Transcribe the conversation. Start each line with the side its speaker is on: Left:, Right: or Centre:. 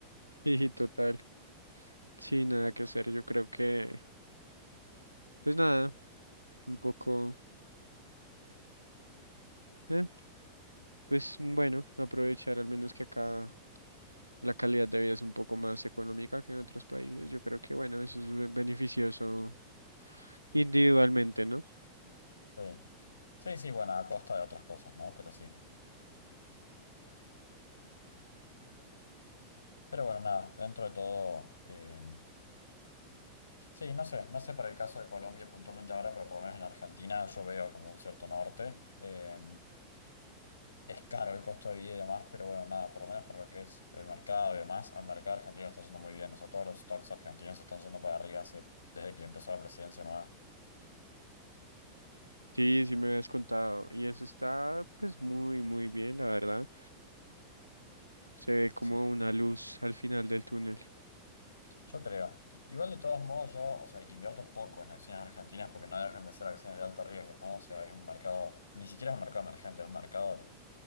Right: Sí, sí, total. Sí, nada que hacer. Yo creo que, pues nada, un poco, eh, pues bueno, aprovechar al menos que acá la calidad de vida es un poco más económica que en otros países. Yo creo que, bueno, eso es be- beneficioso individualmente, ¿no?
Left: Sí, sí, sí, bueno, a costa de otras cosas, ¿no? Pero sí. Pero bueno, nada, dentro de todo, eh, sí, no sé, no sé para el caso de Colombia puntualmente ahora, pero por lo menos en Argentina yo veo como un cierto norte. Eh, Es caro el costo de vida y demás, pero bueno, nada, por lo menos para lo que es el mercado y demás, al mercado argentino está yendo muy bien. O sea, todos los stocks argentinos están yendo para arriba hace- desde que empezó la presidencia nueva.
Right: Sí, sí me habías contado. Y eso está, pues, muy, muy bien, la verdad. Se ve como
Left: Sí,
Right: una luz al final del túnel.
Left: yo creo. Igual de todos modos, yo, o sea, invierto poco en acciones argentinas porque no dejan de ser acciones de alto riesgo, ¿no? O sea, es un mercado, ni siquiera es un mercado emergente, es un mercado